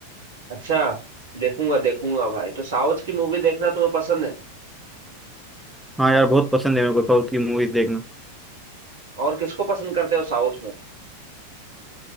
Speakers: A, on the right; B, in the centre.
A: अच्छा देखूंगा देखूंगा भाई तो साउथ की मूवी देखना तुम्हें पसंद है
B: हाँ यार बहुत पसंद है मेरे को साउथ की मूवीज देखना
A: और किसको पसंद करते हो साउथ में